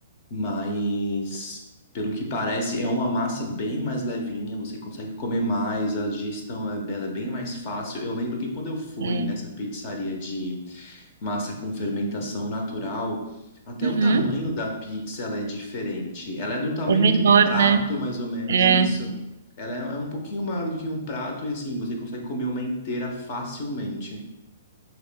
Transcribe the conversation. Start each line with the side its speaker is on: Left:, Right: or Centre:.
Left: Mas, pelo que parece, é uma massa bem mais levinha, você consegue comer mais, a digestão é, ela é bem mais fácil. Eu lembro que quando eu fui
Right: é.
Left: nessa pizzaria de massa com fermentação natural, até
Right: Uhum.
Left: o tamanho da pizza ela é diferente. Ela é do tamanho
Right: É menor,
Left: de um prato,
Right: né?
Left: mais ou menos
Right: É,
Left: isso. Ela é, é um pouquinho maior do que um prato e assim, você consegue comer uma inteira facilmente.